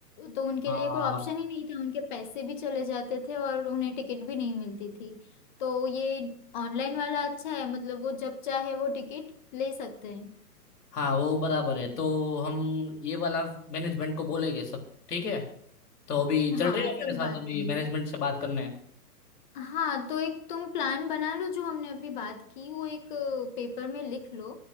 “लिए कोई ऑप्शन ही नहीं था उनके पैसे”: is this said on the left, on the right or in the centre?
Left